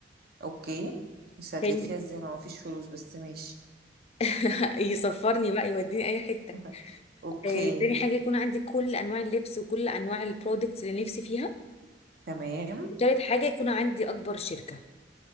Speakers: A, on the right; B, on the left.
A: أوكي بس هتلفيها
B: تاني
A: إزاي ما مفيش فلوس بس ماشي
B: <laughs> يسفرني بقى يوديني اي حتة
A: <laughs> أوكي
B: آه، تاني حاجة يكون عندي كل انواع اللبس وكل انواع البرودكتس اللي نفسي فيها
A: تمام
B: وتالت حاجة يكون عندي اكبر شركة